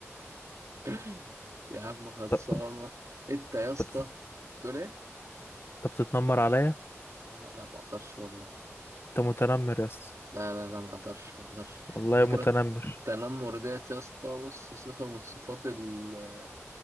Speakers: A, on the right; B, on the left.
A: <laughs> يا عم خلصانه
B: طب
A: انت يا اسطى
B: طب
A: بتقول ايه
B: طب بتتنمر عليا
A: انا لا ما اقدرش والله
B: انت متنمر يا اسطى
A: لا لا لا ما اقدرش ما اقدرش
B: والله
A: على
B: متنمر
A: فكره التنمر ديت يا اسطى بص صفه من صفات ال-